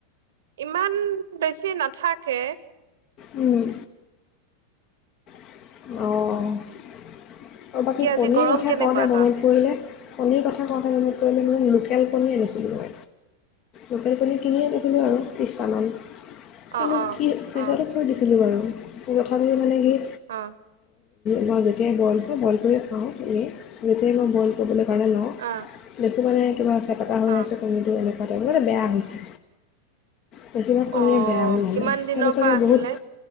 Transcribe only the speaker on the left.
উম অ' আৰু বাকী
কণীৰ
কথা
কওঁতে মনত
পৰিলে কণীৰ কথা কওঁতে মনত <unintelligible> মই লোকেল কণী আনিছিলোঁ। লোকেল কণী কিনি আনিছিলোঁ আৰু ত্ৰিছটামান। কিন্তু
কি ফ্ৰিজতে
থৈ দিছিলো বাৰু। সেই কথাবোৰ মানে কি
মই যেতিয়াই বইল মই বইল কৰি খাওঁ এনে যেতিয়াই মই বইল ক <unintelligible> <unintelligible> ‌ লওঁ <unintelligible>
এইটো মানে কিবা আছে। পতা হৈ
আছে কণীটো এনে তে <unintelligible> বেয়া হৈছে। বেছিভাগ কণী
বেয়া ওলালে
তাৰপিছতে
বহুত